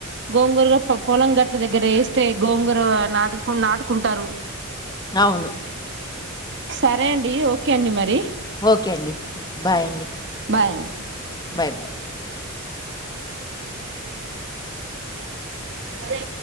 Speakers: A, on the right; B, on the left.
A: గోంగూరుగా పొలం గట్ల దగ్గర వేస్తే గోంగూర నాటుకు నాటుకుంటారు
B: అవును
A: సరే అండి ఓకే అండి మరి
B: ఓకే అండి బాయ్ అండి
A: బాయ్ అండి
B: బాయ్ బాయ్
A: అదే